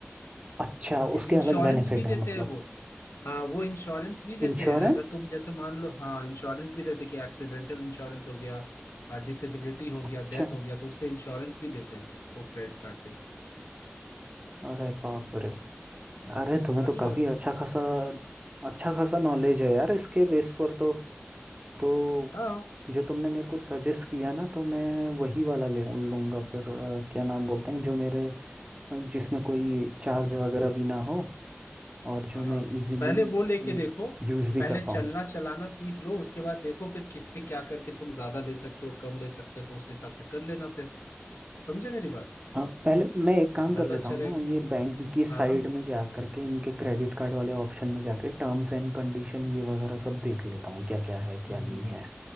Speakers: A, on the right (about 30°); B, on the left (about 75°).
A: अच्छा
B: ठीक है
A: उसके
B: इंश्योरेंस
A: अलग बेनिफिट
B: भी देते
A: है मतलब
B: हैं वो हाँ वो इंश्योरेंस भी देते
A: इंश्योरेंस
B: हैं अगर तुम जैसे मान लो हाँ इंश्योरेंस भी देते हैं कि एक्सीडेंटल इंश्योरेंस हो गया डिसेबिलिटी हो गया
A: अच्छा
B: डेथ हो गया तो उसपे इंश्योरेंस भी देते हैं वो क्रेडिट कार्ड पे
A: अरे बाप रे यार है तुम्हें
B: समझ
A: तो
B: रहे
A: काफी
B: हो
A: अच्छा खासा अच्छा खासा नॉलेज है यार इसके बेस पर तो तो
B: हाँ
A: जो तुमने मेरे को सजेस्ट किया ना तो मैं वही वाला ले लूंगा फिर अ, क्या नाम बोलते हैं जो मेरे जिसमें कोई चार्ज वगैरह भी ना हो और जो
B: हाँ
A: मैं इजीली
B: पहले वो लेके देखो
A: यूज भी
B: पहले
A: कर
B: चलना
A: पाऊँ
B: चलाना सीख लो उसके बाद देखो फिर किस पे क्या करके तुम ज्यादा ले सकते हो कम ले सकते हो तो उस हिसाब से कर लेना फिर समझे मेरी बात
A: हाँ पहले मैं एक काम
B: ज्यादा
A: कर लेता
B: अच्छा
A: हूँ
B: रहेगा
A: ना ये बैंक की साइड
B: हाँ हाँ
A: में जा करके इनके क्रेडिट कार्ड वाले ऑप्शन में जाके टर्म्स एंड कंडीशन ये वगैरह सब देख लेता हूँ क्या क्या है क्या
B: हम्म,
A: नहीं है